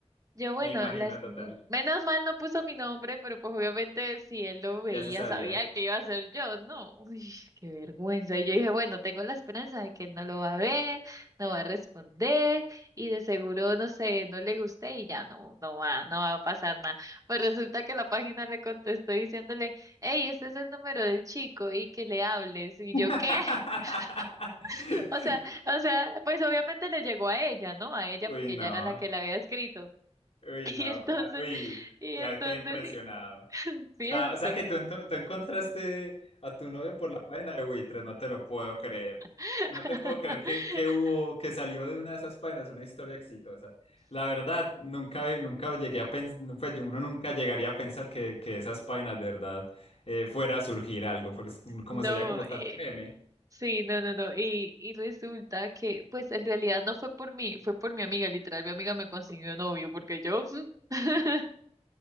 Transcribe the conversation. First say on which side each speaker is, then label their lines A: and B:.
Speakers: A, on the right; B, on the left.
A: Yo, bueno,
B: me imagino
A: las,
B: total,
A: m- menos mal no puso mi nombre, pero pues obviamente si él lo veía,
B: ya se sabía.
A: sabía que iba a ser yo, ¿no? <laughs> Uy, qué vergüenza. Y yo dije, bueno, tengo la esperanza de que él no lo va a ver, no va a responder, y de seguro, no sé, no le guste y ya no, no va, no va a pasar nada. Pues resulta que la página le contestó diciéndole, hey, este es el número del chico y que le hables. Y
B: <laughs>
A: yo, ¿qué? <laughs> O sea, o sea, pues obviamente le llegó a ella, ¿no? A ella
B: Uy,
A: porque
B: no.
A: ella era la que le había escrito. <laughs>
B: Uy, no.
A: Y entonces,
B: como- Uy,
A: y
B: ya
A: entonces,
B: quedé impresionado.
A: sí,
B: O
A: <laughs> cierto.
B: sea, o sea que tú, ento- tú encontraste a tu novio por la página de Buitres, no te lo puedo creer.
A: <laughs>
B: No te puedo creer que, que hubo, que salió de una de esas páginas una historia exitosa. La verdad, nunca, nunca llegué a pensar, pues yo- uno nunca llegaría a pensar que, que esas páginas de verdad eh, fuera a surgir algo, fuera- como
A: No,
B: sería como
A: eh,
B: tan de meme.
A: sí, no, no, no. Y, y resulta que, pues en realidad no fue por mí, fue por mi amiga, literal. Mi amiga me consiguió novio, porque yo. <laughs>